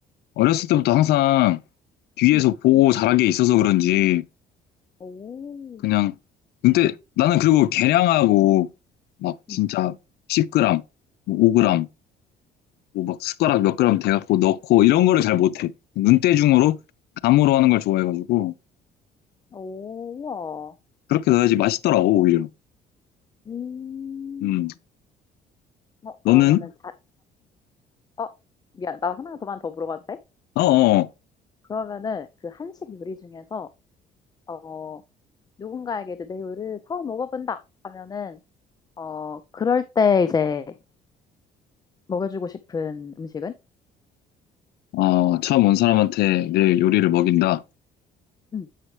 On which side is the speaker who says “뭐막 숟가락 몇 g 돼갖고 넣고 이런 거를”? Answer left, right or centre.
Left